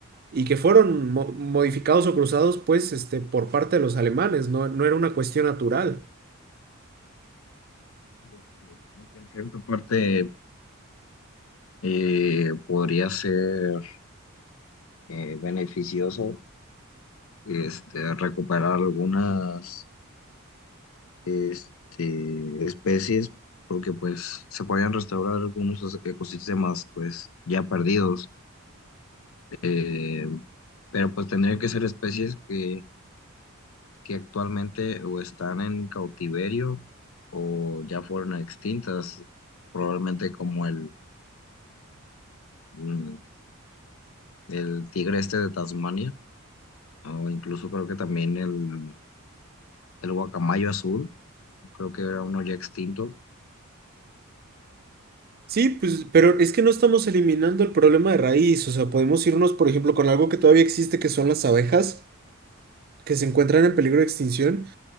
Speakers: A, on the right; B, on the left.
A: y que fueron mo- modificados o cruzados, pues, este, por parte de los alemanes, no, no era una cuestión natural.
B: Creo que En cierta parte eh, podría ser eh, beneficioso este, recuperar algunas este, especies porque pues se podrían restaurar algunos ecos- ecosistemas pues ya perdidos, Eh, pero pues tendrían que ser especies que, que actualmente o están en cautiverio o ya fueron extintas, probablemente como el, mm, el tigre este de Tasmania. o incluso creo que también el, el guacamayo azul, creo que era uno ya extinto.
A: Sí, pues, pero es que no estamos eliminando el problema de raíz, o sea, podemos irnos, por ejemplo, con algo que todavía existe, que son las abejas. que se encuentran en peligro de extinción,